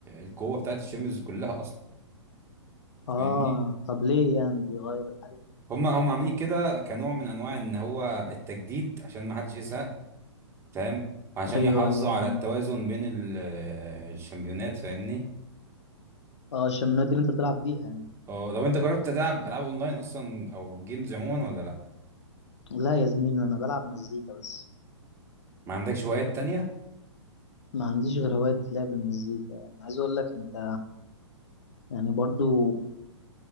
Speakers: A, on the right (about 15°); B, on the left (about 65°).
A: القوه بتاعت الشمس كلها اصلا
B: اه
A: فاهمني
B: طب ليه يعني بيغير الحاجه دي
A: هم هم عاملين كده كنوع من انواع ان هو التجديد عشان ما حدش يزهق فاهم وعشان
B: ايوه
A: يحافظوا
B: ايوه
A: على
B: فاهمك
A: التوازن
B: فاهم
A: بين ال- الشامبيونات فاهمني
B: اه عشان النادي اللي انت بتلعب بيها يعني.
A: اه لو انت جربت تلعب العاب اونلاين اصلا او جيمز عموما ولا لا
B: لا يا زميلي انا بلعب مزيكا بس
A: ما عندكش هوايات تانية
B: ما عنديش غير هواية لعب المزيكا يعني عايز اقول لك انت يعني برضو